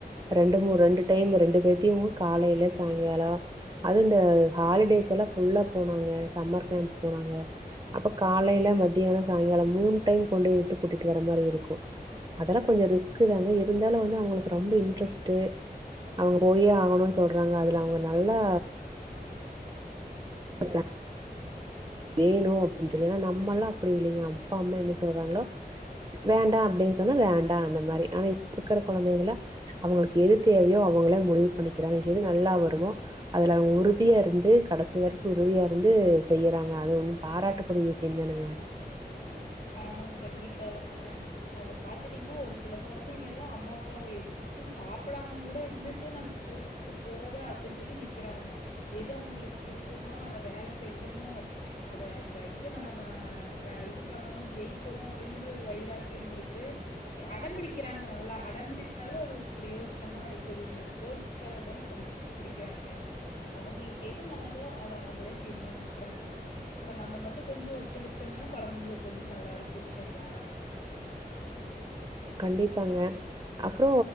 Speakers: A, on the right; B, on the left.
A: ரெண்டு மூ ரெண்டு டைம் ரெண்டு பேத்தையு காலைல சாயங்காலோ அது இந்த ஹாலிடேஸ் எல்லா ஃபுல்லா போனாங்க சம்மர் கேம்ப் போனாங்க அப்ப காலைல மத்தியானோ சாயங்காலோ மூணு டைம் கொண்டு போய் விட்டு கூட்டிட்டு வர மாரி இருக்கு அதெல்லா கொஞ்ச ரிஸ்க்குதாங்க இருந்தாலு வந்து அவங்களுக்கு ரொம்ப இன்ட்ரெஸ்ட்டு அவங்க போயே ஆகணுன்னு சொல்றாங்க அதுல அவங்க நல்லா ஆ <inaudible> வேணு அப்பிடின்னு சொல்லி ஏன்னா நம்ம எல்லா அப்டி இல்லைங்க அப்பா அம்மா என்ன சொல்றாங்களோ ஸ் வேண்டா அப்டின்னு சொன்னா வேண்டா அந்த மாரி ஆனா இப்ப இருக்கற கொழந்தைகல்ல அவங்களுக்கு எது தேவையோ அவங்களே முடிவு பண்ணிக்கிறாங்க எது நல்லா வருமோ அதுல அவங்க உறுதியா இருந்து கடைசி வரைக்கு உறுதியா இருந்து செய்யறாங்க அது ஒன்னு பாராட்டக்கூடிய விஷயந்தானுங்க
B: ஆமாங் கண்டிப்பாதாங்க அப்புற பாத்துட்டீங்னா ஒரு சில கொழந்தைக எல்லா அம்மா அப்பாவ எதித்து சாப்படாமங்கூட இருந்துட்டு நா ஸ்போர்ட்ஸ்க்கு போவே அப்பிடின்னு சொல்லி நிக்கிறாங்க எது அவங்களுக்கு விருப்பமோ அத வேல செய்யணு அத அந்த இது நம்ம ந க இது பண்ணணு ஜெயிக்கணு அப்பிடின் சொல்லி ஒரு வைராக்கியம் இருக்கு யா அடம் பிடிக்கிறாங்க நல்லா அடம் பிடிச்சாலு அது பிரயோஜனமா இருக்குது இந்த ஸ்போர்ட்ஸ்க்காகதான படிக் பிடிக்கிறாங்க அவங்களுக்கு எது நல்லதோ அத அவங்களே தீர்மானிச்சுக்கிறாங்க ஆனா நம்ம மட்டு கொஞ்சோ ஒத்துழைச்சோம்னா கொழந்தைங்களுக் கொஞ்சோ நல்லா இருக்கு இல்லைங்ளா
A: கண்டிப்பாங்க அப்றோ